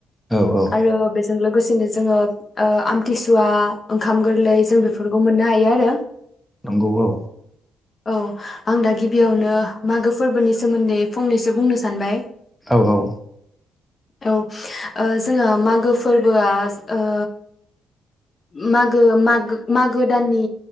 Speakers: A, in the centre; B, on the left.
A: औ औ
B: आरो बे जों लोगोसेनो जोङो आमथिसुवा ओंखाम गोरलै जों बेफोरखौ मोननो हायो आरो
A: नोंगौ
B: औ आं दा गिबियावनो मागो फोरबोनि सोमोन्दै फंनैसो बुंनो सानबाय।
A: औ औ
B: औ जोंङो मागो फोरबोआ ओ मागो मागो मागो दाननि